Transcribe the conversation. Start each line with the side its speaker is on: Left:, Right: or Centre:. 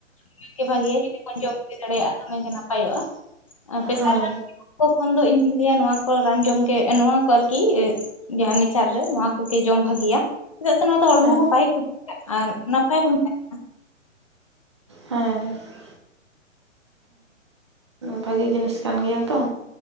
Left: ᱫᱚ ᱜᱮ ᱵᱷᱟᱜᱮᱭᱟ ᱡᱩᱫᱤ ᱵᱚᱱ ᱡᱚᱢ ᱪᱤ ᱫᱟᱲᱮᱭᱟᱜᱼᱟ ᱫᱚᱢᱮ ᱜᱮ ᱱᱟᱯᱟᱭᱚᱜᱼᱟ ᱟᱨ ᱯᱮᱥᱟᱨ
Right: ᱦᱮᱸ
Left: ᱨᱟᱱ ᱠᱚ ᱠᱷᱚᱱ ᱫᱚ ᱤᱧ ᱫᱩᱧ ᱞᱟᱹᱭ ᱟ ᱱᱚᱣᱟ ᱠᱚ ᱨᱟᱱ ᱡᱚᱢ ᱱᱚᱣᱟ ᱠᱚ ᱟᱨᱠᱤ ᱡᱟᱦᱟᱸ ᱱᱮᱪᱟᱨ ᱨᱮ ᱱᱚᱣᱟ ᱠᱚᱜᱮ ᱡᱚᱢ ᱵᱷᱟᱹᱜᱤᱭᱟ ᱪᱮᱫᱟᱜ ᱥᱮ ᱱᱚᱣᱟ ᱫᱚ ᱦᱚᱲᱢᱚ
Right: ᱦᱮᱸ
Left: ᱦᱚᱸ ᱵᱟᱭ ᱟᱨ ᱱᱟᱯᱟᱭ ᱵᱚᱱ ᱛᱟᱦᱮ
Right: ᱦᱮᱸ ᱵᱷᱟᱜᱤ ᱡᱤᱱᱤᱥ ᱠᱟᱱ ᱜᱮᱭᱟ ᱛᱚ,